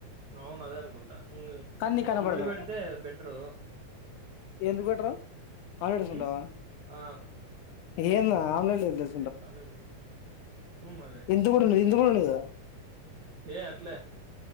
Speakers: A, on the right (about 75°); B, on the left (about 80°).
A: అవును అదే అనుకుంటా ఇంగ
B: నీకు కనపడదు
A: గుడ్లు పెడితే బెటరు
B: ఎందుకు పెట్టరు ఆమ్లెట్ వేసుకుంటావా
A: ఉమ్ ఆ
B: ఏంద ఆమ్లెట్ల్ ఎందుకేస్
A: అదెందుకు మ్ మ
B: ఇంత కూడా ఉండదు, ఇంత కూడా ఉండదు.
A: ఏ అట్లే